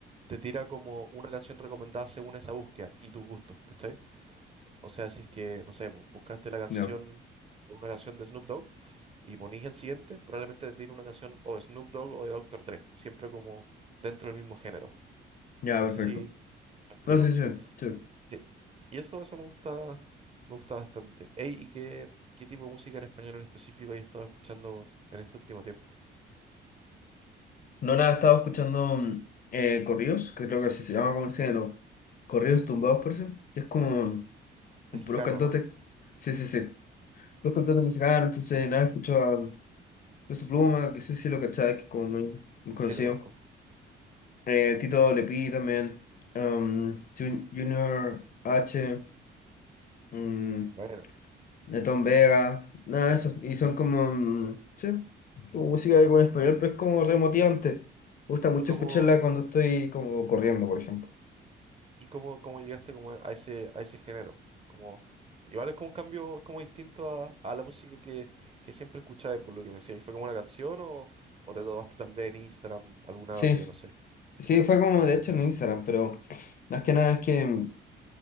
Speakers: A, on the right; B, on the left.
A: te tira como una canción recomendada según esa búsqueda y tus gustos, ¿cachai? O sea, si es que, no sé, pues, buscaste la canción,
B: No,
A: una canción de Snoop Dogg y ponís en siguiente, probablemente te tire una canción o de Snoop Dogg o de Doctor Dre, siempre como dentro del mismo género.
B: ya,
A: No
B: perfecto.
A: sé si me explico.
B: No, sí, sí, sí.
A: Sí. Y eso, eso me gusta, me gusta bastante. Ey, ¿y qué, qué tipo de música en español en específico has estado escuchando en este último tiempo?
B: No, nada, estaba escuchando mm, eh, corridos, que creo que así se llama como el género. Corridos tumbados, parece. Que es como un, un
A: Mexicano,
B: puros cantantes.
A: ¿no?
B: Sí, sí, sí. Los cantantes mexicanos, entonces nada, escucho a Peso Pluma, que sí, sí lo cachai, que es como muy, muy conocido.
A: Sí, lo conozco.
B: Eh, Tito Lepi también. um, Jun- Junior H. um,
A: Bueno.
B: Netón Vega. Nada de eso. Y son como. mm, sí, como música con español, pero es como re motivante. Me gusta mucho
A: ¿Y cómo,
B: escucharla cuando estoy como corriendo, por ejemplo.
A: y cómo, cómo llegaste como a ese, a ese género? Como, igual es como un cambio, es como distinto a, a la música que, que siempre escuchabas, por lo que me decías. ¿Fue como una canción o, o te tomaste tal vez en Instagram algún audio,
B: Sí,
A: no sé? Sí.
B: sí, fue como de hecho en Instagram, pero más que nada es que